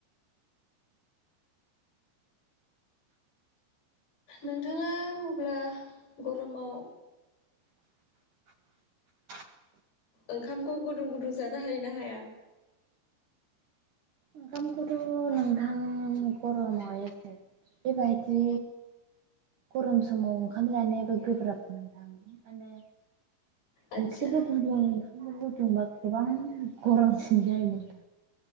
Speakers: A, on the left; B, on the right.
A: नोंथाङा अब्ला गरमाव
B: <inaudible>
A: ओंखामखौ गुदुं गुदुं जानो हायो ना हाया
B: ओंखाम खौथ' नोंथां गरमाव बेबायदि गरम समाव ओंखाम जानायाबो गोब्राब नोंथां आरो
A: आदसा
B: ओंख्रिबो गुदुं ओंखाम गुदुंबा गोबां गरमसिन जायोमोन